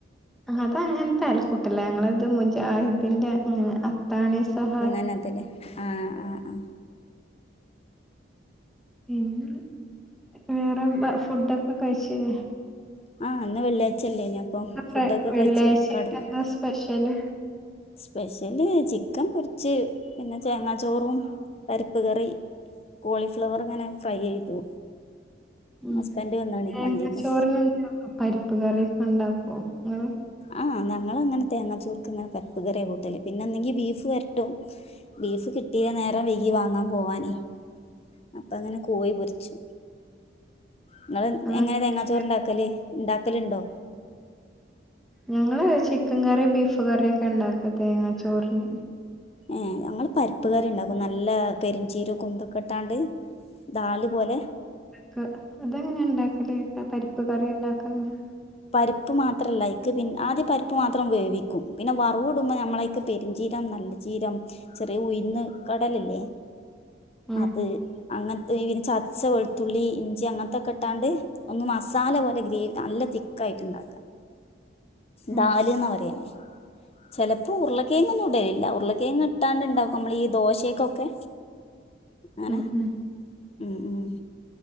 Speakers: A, in the centre; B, on the left.
A: അതങ്ങൻത്തെ അയൽകൂട്ടല്ലേ ഞങ്ങളത് മുജാഹിദിന്റെ അങ്ങനെ അത്താണി സഹായ
B: എന്നത്തില്ലേ ആഹ് ആഹ് ആഹ്
A: പിന്നെ വേറെ ബ ഫുഡൊക്കെ കഴിച്ചില്ലേ
B: ആ ഇന്ന് വെള്ളിയാഴ്ചല്ലേന അപ്പൊ
A: ക്കെ
B: ഫുഡൊക്കെ
A: വെള്ളിയാഴ്ചയായിട്ട്
B: കഴിച്ച് കടന്നു
A: എന്താ സ്പെഷ്യല്
B: സ്പെഷ്യല് ചിക്കൻ പൊരിച്ച് പിന്നെ ചേങ്ങാ ചോറും പരിപ്പ് കറി കോളിഫ്ലവറ് ങ്ങനെ ഫ്രൈ യ്യെയ്തു
A: ഉം
B: ഹസ്ബൻഡ് വന്ന് ണെയ്
A: തേങ്ങ
B: വണ്ടീന്ന്
A: ചോറിനെന്താ പരിപ്പ് കറിക്കെണ്ടാക്കുവോ ങ്ങള്
B: ആ ഞങ്ങളങ്ങന തേങ്ങാച്ചോർക്ക് ങ്ങനെ പരിപ്പ് കറിയ കൂട്ടല് പിന്നെ എന്നെങ്കി ബീഫ് വരട്ടും ബീഫ് കിട്ടീല നേരം വൈകി വാങ്ങാൻ പോവാന് അപ്പ അങ്ങനെ കോഴി പൊരിച്ച് ങ്ങള്
A: അതോ
B: എങ്ങനെ
A: ചിക്കൻ
B: തേങ്ങാച്ചോറ്
A: കറി
B: ണ്ടാക്കല് ണ്ടാക്കലുണ്ടോ
A: ഞങ്ങള് ചിക്കൻ കറി ബീഫ് കറി ഒക്കെ ണ്ടാക്ക തേങ്ങാ ചോറ്ന്
B: ഏ ഞങ്ങള് പര്പ്പ് കറി ണ്ടാക്കും നല്ല പെരിഞ്ചീരകും തൊക്കെട്ടാണ്ട് ദാല് പോലെ
A: ക്ക്‌ അതെങ്ങനെ ണ്ടാക്കല് പരിപ്പ് കറി ണ്ടാക്കാന്
B: പരിപ്പ് മാത്രല്ല അയ്ക്ക് പിന്ന ആദ്യ പരിപ്പ് മാത്രം വേവിക്കും പിന്നെ വറവ് ഇടുമ്പോ നമ്മളയ്ക്ക് പെരിഞ്ചീരം നല്ല ചീരം ചെറിയ ഉയ്ന്ന് കടല ല്ലേ
A: ഉം
B: അത് അങ്ങൻത്തെ ഇ ചതച്ച വെളുത്തുള്ളി ഇഞ്ചി അങ്ങത്തൊക്കെട്ടാണ്ട് ഒന്ന് മസാല പോലെ ഗ്രേവി നല്ല തിക്കായിട്ട് ണ്ടാക്ക ദാലി
A: ഉം
B: ന്ന പറിയ്ന് ചെലപ്പോ ഉരുളക്കേങ്ങന്നും ഇടേല്ല ഉരുളക്കേങ്ങ് ഇട്ടാണ്ട്ണ്ടാക്കുമ്പോ നമ്മൾ ഈ ദോശേക്കൊക്കെ അനെ
A: ഉം ഉം
B: ഉം ഉം